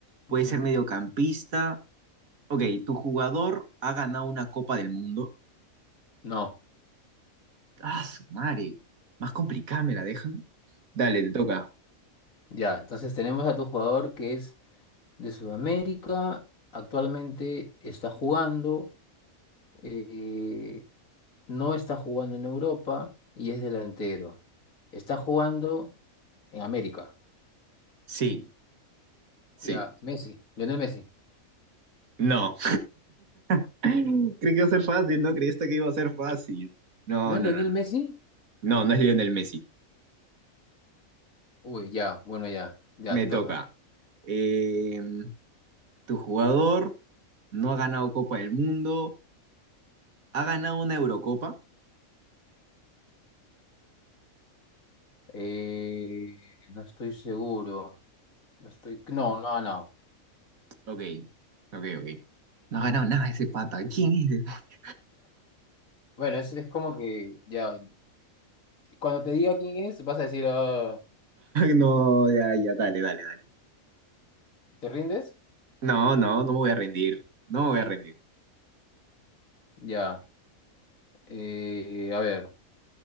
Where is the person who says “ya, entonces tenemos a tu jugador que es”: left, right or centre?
Left